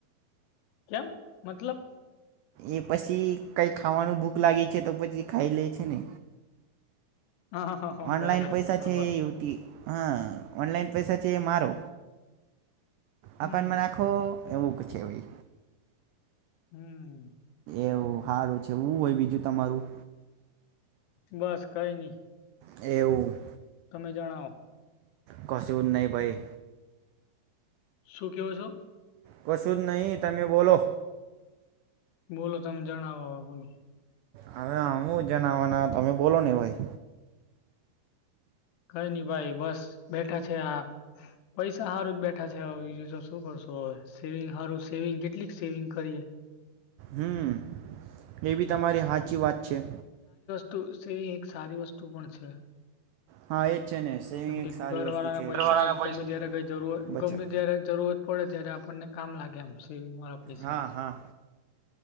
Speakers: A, on the left (about 85°); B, on the right (about 85°).
A: કેમ મતલબ
B: એ પસી કંઈ ખાવાનું ભૂખ લાગે છે તો પછી ખાઈ લે છે ને.
A: હા હા હા
B: ઓનલાઈન
A: બરાબર
B: પૈસા
A: બરાબર
B: છે ઈ યુ ટી હા ઓનલાઈન પૈસા ચે મારો
A: હમ
B: એકાઉન્ટમાં નાખો એવું પછી આવી.
A: હમ્મ.
B: એવું હારું છે હુ હોય બીજું તમારું.
A: બસ કઈ ની,
B: એવું
A: તમે જણાવો.
B: કશુ જ નઈ ભાઈ.
A: શું કેવો છો.
B: કશું જ નહી તમે બોલો.
A: બોલો તમે જણાવો બોલો.
B: હવે આમું જણવાના તમે બોલો ને ભાઈ.
A: કઈ નઈ ભાઈ બસ બેઠા છે આ પૈસા સારું જ બેઠા છે હવે બીજું શું કરશો હવે સેવિંગ સારું સેવિંગ કેટલીક સેવિંગ કરીએ
B: હમ્મ એ બી તમારી હાચી વાત છે.
A: તો સેવિંગ એક સારી વસ્તુ પણ છે.
B: હા એ જ છે ને સેવિંગ
A: કેમ
B: એક
A: કે
B: સારી
A: ઘર
B: વસ્તુ
A: વાળા
B: છે
A: ના
B: એટલે
A: પૈસા ગમે ત્યારે કઈ જરૂરત
B: બચા
A: ગમે ત્યારે જરૂરત પડે ત્યારે આપણને કામ લાગે એમ સેવિંગ વાળા પૈસા.
B: હા હા